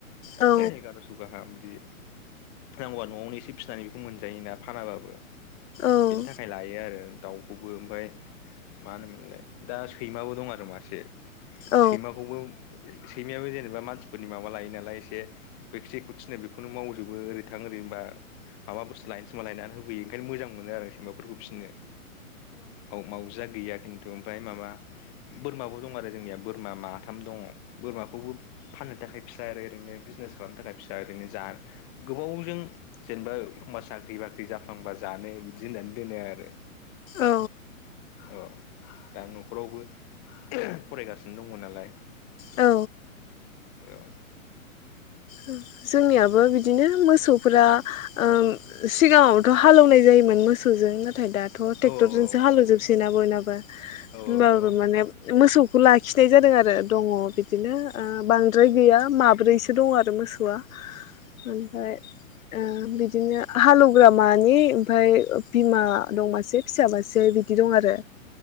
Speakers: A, on the left; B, on the left.
A: औ
B: एगार'स' गाहा बिदि नांगौव बा न'आवनो एसे फिसिनानै बेखौ मोन जायोना फानाबाबो
A: औ
B: बिनि थाखाय लायो आरो दाउ बेबो ओमफ्राय मा होनोमोनलाय दा सैमाबो दं आरो मासे
A: औ
B: सैमाखौबो सैमायाबो जेनेबा जेनबा मानसिफोरनि माबा लायो नालाय एसे जेखौ थिनो बेखौनो मावजोबो ओरै थां ओरै होनबा माबा बुसथु लायनो थिनबा लायनानै होफैयो ओंखायनो मोजां मोनो आरो सैमाफोरखौ फिनो माव मावजिया गैया खिन्थु ओमफ्राय माबा बोरमाबो दं आरो जोंनिया। बोरमा माथाम दंङ बोरमाखौबो फाननो थाखाय फिसा आरो ओरैनो बिजनेस खालामनो थाखाय फिसा ओरैनो जा गोबावजों जेनेबा एखमबा साख्रि बाख्रि जाफ्लांबा जानो बिदि होननानै दोनो आरो
A: औ
B: ओ दा न'खरावबो फरायगासिनो दंङ नालाय
A: औ
B: औ।
A: औ जोंनियाबो बिदिनो मोसौफोरा उम सिगाङावथ' हालेवनाय जायोमोन मोसौजों नो नाथाय दाथ' ट्रेक्टरजोंसो
B: औ औ
A: हालौजोबसै ना बयनाबो
B: औ
A: होनबाबो
B: औ
A: माने मोसौ खौ लाखिनाय जादों आरो दंङ बि बिदिनो ओ बांद्राय गैया माद ब्रैसो दं आरो। बे मोसौ आ। ओमफ्राय ओ। बिदिनो हालौवग्रा मानै ओमफ्राय बिमा दं मासे फिसा मासे बिदि दं आरो।